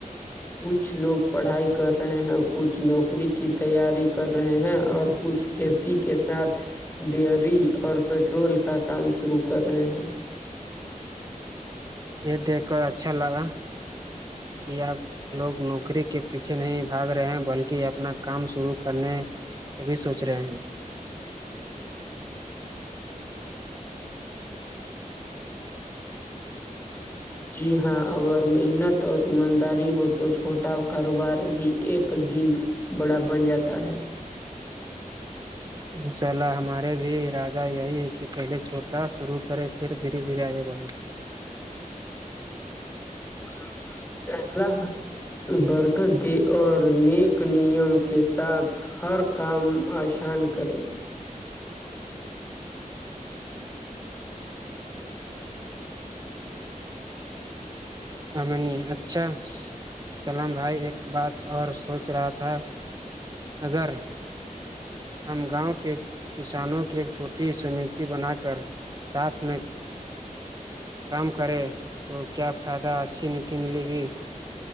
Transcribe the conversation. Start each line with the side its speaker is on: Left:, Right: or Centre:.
Left: کچھ لوگ پڑھائی کر رہے ہیں کچھ نوکری کی تیاری کر رہے ہیں اور کچھ کھیتی کے ساتھ ڈیری اور پٹرول کا کام شروع کر رہے ہیں
Right: یہ دیکھ کر اچھا لگا کہ آپ لوگ نوکری کے پیچھے نہیں بھاگ رہے ہیں بلکہ اپنا کام شروع کرنے یہ بھی سوچ رہے ہیں
Left: جی ہاں اگر محنت اور ایمانداری ہو تو چھوٹا کاروبار بھی ایک دن بڑا بن جاتا ہے
Right: انشاء اللہ ہمارے بھی ارادہ یہی ہے کہ پہلے چھوٹا شروع کرے پھر دھیرے دھیرے آگے بڑھ
Left: <inaudible> برکت دے اور نیک نیم کے ساتھ ہر کام آشان کرے
Right: امنی اچھا سلام بھائی ایک بات اور سوچ رہا تھا اگر ہم گاؤں کے کسانوں کی ایک چھوٹی سمتی بنا کر ساتھ میں کام کرے تو کیا فائدہ اچھی نیتی ملے گی